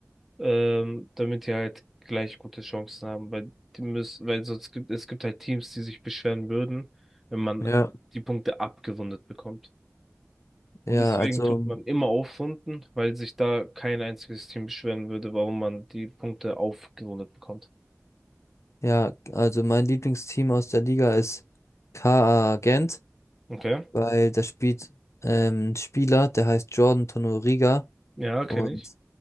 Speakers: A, in the centre; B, on the left.
A: ähm, damit die halt gleich gute Chancen haben, weil die müssen, weil sonst gibt es gibt halt Teams, die sich beschweren würden, wenn man
B: Ja,
A: die Punkte abgerundet bekommt. Und
B: ja,
A: deswegen
B: also,
A: tut man immer aufrunden, weil sich da kein einziges Team beschweren würde, warum man die Punkte aufgerundet bekommt.
B: ja, also mein Lieblingsteam aus der Liga ist KA Gent,
A: Okay.
B: weil da spielt ähm, ein Spieler, der heißt Jordan Tonoriga
A: Ja,
B: und
A: kenne ich.